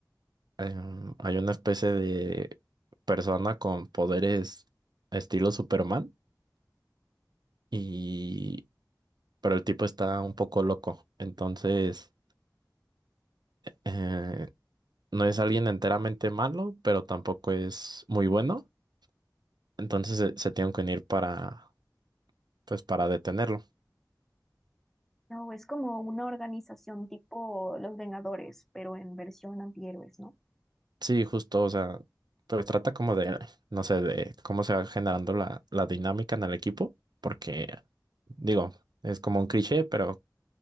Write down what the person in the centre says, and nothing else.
No, es como una organización tipo Los Vengadores, pero en versión antihéroes, ¿no?